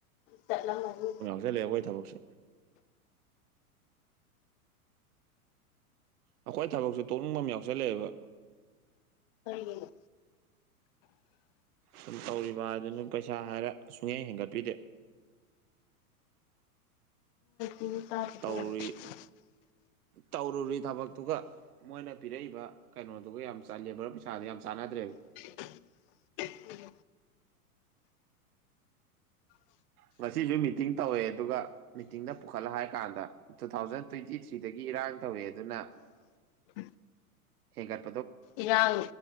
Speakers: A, on the left (about 40°); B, on the right (about 80°).
A: ꯆꯠꯂꯝ ꯃꯥꯅꯤ
B: ꯆꯠꯂꯦ ꯑꯩꯈꯣꯏ ꯊꯕꯛꯁꯨ ꯑꯩꯈꯣꯏ ꯊꯕꯛꯁꯦ ꯇꯣꯛꯅꯤꯡꯕ ꯑꯃ ꯌꯥꯎꯁꯜꯂꯛꯑꯦꯕ
A: ꯀꯔꯤꯒꯤꯅꯣ
B: ꯁꯨꯝ ꯇꯧꯔꯤꯕ ꯍꯥꯏꯗꯨꯅꯤ ꯄꯩꯁꯥ ꯍꯥꯏꯔꯦ ꯁꯨꯛꯍꯦꯟ ꯍꯦꯟꯒꯠꯄꯤꯗꯦ
A: <unintelligible>
B: ꯇꯧꯔꯨꯔꯤ
A: <inaudible>
B: ꯇꯧꯔꯨꯔꯤ ꯊꯕꯛꯇꯨꯒ ꯃꯣꯏꯅ ꯄꯤꯔꯛꯏꯕ ꯀꯩꯅꯣꯗꯨꯒ ꯌꯥꯝ ꯂꯦꯕꯔ ꯄꯩꯁꯥꯗꯨ ꯌꯥꯝ ꯆꯥꯟꯅꯗ꯭ꯔꯦꯕ
A: <inaudible> <inaudible>
B: ꯉꯁꯤꯁꯨ ꯃꯤꯇꯤꯡ ꯇꯧꯋꯦ ꯑꯗꯨꯒ ꯃꯤꯇꯤꯡꯗ ꯄꯨꯈꯠꯂ ꯍꯥꯏ ꯀꯥꯟꯗ ꯇꯨ ꯊꯥꯎꯖꯟ ꯇ꯭ꯋꯦꯟꯇꯤ ꯊ꯭ꯔꯤꯗꯒꯤ ꯏꯔꯥꯡ ꯇꯧꯑꯦ ꯑꯗꯨꯅ
A: <inaudible>
B: ꯍꯦꯡꯒꯠ
A: ꯏꯔꯥꯡ